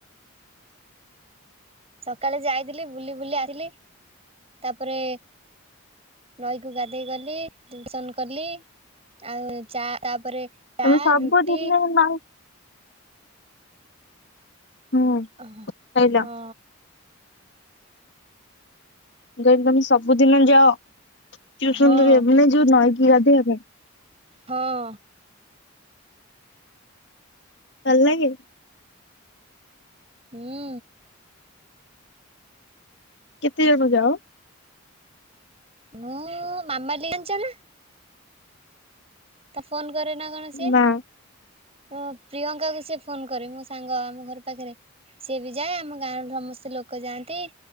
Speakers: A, on the right; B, on the left.
A: ସକାଳେ ଯାଇଥିଲି ବୁଲି ବୁଲି ଆସଥିଲି ତାପରେ ନଈକୁ ଗାଧେଇ ଗଲି। ଟ୍ୟୁସନ କଲି ଆଉ ଚା ତାପରେ ଚା
B: ତମେ ସବୁଦିନେ
A: ରୁଟି
B: ମା ହୁଁ
A: ହଁ
B: ଖାଇଲ
A: ହଁ।
B: କହିଲି ତମେ ସବୁଦିନ ଯାଅ ଟିଉସନ
A: ହଁ
B: କରିବା ପାଇଁ ନା ଯୋଉ ନଈକି ଗାଧୋଇବା ପାଇଁ।
A: ହଁ।
B: ଭଲ ଲାଗେ।
A: ହୁଁ।
B: କେତେ ଜାଗ ଯାଅ?
A: ମୁଁ ମାମାଲି ଜଣିଛ ନା ତା ଫୋନ୍ କରେ ନା କଣ ସିଏ।
B: ନା
A: ହଁ ପ୍ରିୟଙ୍କାକୁ ସିଏ ଫୋନ କରେ, ମୋ ସାଙ୍ଗ ଆମ ଘର ପାଖରେ। ସିଏ ବି ଯାଏ ଆମ ଗାଁର ସମସ୍ତେ ଲୋକ ଯାଆନ୍ତି।